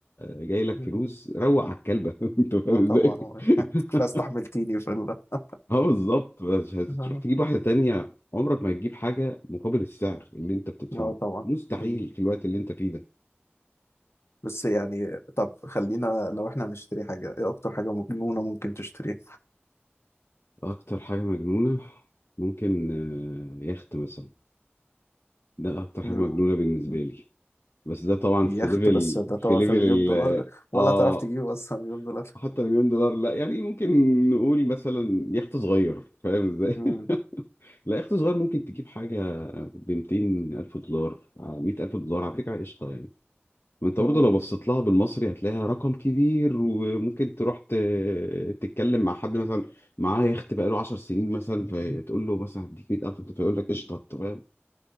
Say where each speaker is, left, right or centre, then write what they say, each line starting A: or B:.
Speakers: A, on the left (about 65°); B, on the left (about 80°).
A: جاي لك
B: مم.
A: فلوس روق على الكلبه <laughs> انت فاهم
B: اه طبعا
A: ازاي؟
B: هو
A: <laughs>
B: <laughs> انت كفايه استحملتيني في ال <laughs>
A: اه بالظبط بس هتروح
B: اه
A: تجيب واحده تانية عمرك ما هتجيب حاجه مقابل السعر اللي انت بتدفعه
B: آه طبعا
A: مستحيل
B: مم.
A: في الوقت اللي انت فيه ده
B: بس يعني طب خلينا لو احنا هنشتري حاجه ايه اكتر حاجه مجنونه ممكن تشتريها
A: اكتر حاجه مجنونه ممكن آه، يخت مثلا ده اكتر حاجه
B: مم.
A: مجنونه بالنسبه لي بس ده طبعا
B: يخت
A: في ليفل
B: بس ده طبعا
A: في ليفل
B: في مليون
A: ال
B: دولار ولا
A: اه
B: تعرف تجيبه اصلا مليون دولار
A: حتى مليون دولار لا يعني ممكن نقول مثلا يخت صغير فاهم ازاي؟
B: مم.
A: <laughs> لا يخت صغير ممكن تجيب حاجة ب 200 ألف دولار 100 ألف دولار على فكرة قشطة يعني ما انت
B: مم.
A: برضه لو بصيت لها بالمصري هتلاقيها رقم كبير وممكن تروح ت... تتكلم مع حد مثلا معاه يخت بقاله 10 سنين مثلا فتقول له مثلا هديك 100 ألف فيقول لك قشطة طب